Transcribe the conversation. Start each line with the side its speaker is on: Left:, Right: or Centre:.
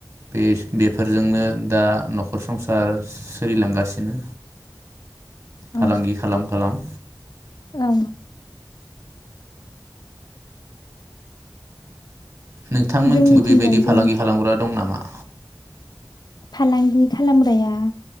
Right: बे बेफोरजोंनो दा न'खर संसार सोलिलांगासिनो फालांगि
Left: औ
Right: खालाम-खालाम
Left: औ
Right: नोंथांमोनथिंबो
Left: जोंनिथिंजायबो
Right: बेबायदि फालांगि खालामग्रा दं नामा?
Left: फालांगि खालामग्राया